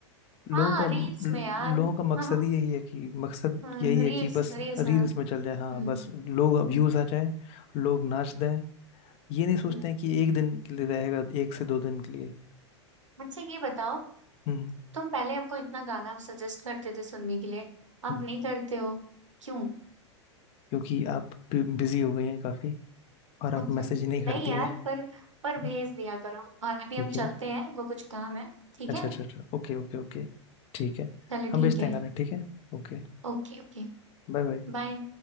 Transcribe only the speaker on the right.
हाँ
रील्स
में यार <laughs>
हाँ
हाँ
रील्स
रील्स
बना
हम्म
हम्म
हम्म
अच्छा ये बताओ
तुम पहले हमको इतना गाना सजेस्ट करते थे सुनने के लिए
अब नहीं करते हो क्यों
<laughs>
नहीं यार
पर
पर भेज दिया करो और अभी
हम
चलते हैं हमको कुछ काम है ठीक
है
चलो
ठीक
है
Okay okay
बाय